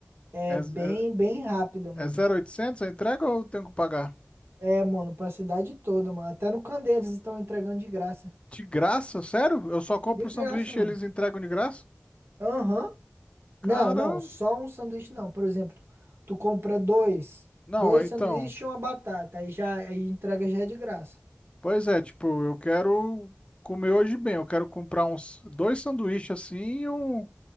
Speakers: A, on the right; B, on the left.
A: é
B: É, é,
A: bem, bem rápida, mano.
B: é 0800 a entrega ou eu tenho que pagar?
A: É, mano, pra cidade toda, mano. Até no Candeias eles estão entregando de graça.
B: De graça? Sério? Eu só compro
A: De
B: o
A: graça,
B: sanduíche
A: mano.
B: e eles entregam de graça?
A: Aham,
B: Caramba!
A: Não, não, só um sanduíche não. Por exemplo, tu compra dois,
B: Não,
A: dois
B: é, então.
A: sanduíches e uma batata, aí já aí entrega já é de graça.
B: Pois é, tipo, eu quero comer hoje bem. Eu quero comprar uns dois sanduíches assim e um